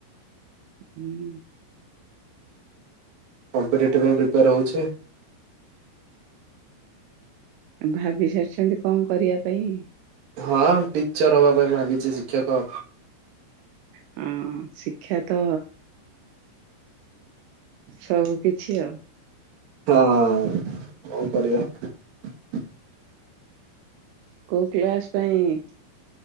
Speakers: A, on the right; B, on the right.
A: <inaudible>
B: କମ୍ପିଟେଟିଭ ପାଇଁ ପ୍ରିପାର ହଉଛି।
A: ଭାବି ସାରିଛନ୍ତି କଣ କରିବା ପାଇଁ
B: ହଁ ଟିଚର ହବା ପାଇଁ ଭାବିଚି ଶିକ୍ଷକ
A: ହଁ ଶିକ୍ଷା ତ ସବୁ କିିଛି ଆଉ।
B: ହଁ କଣ କରିବା।
A: କୋଉ କ୍ଲାସ ପାଇଁ।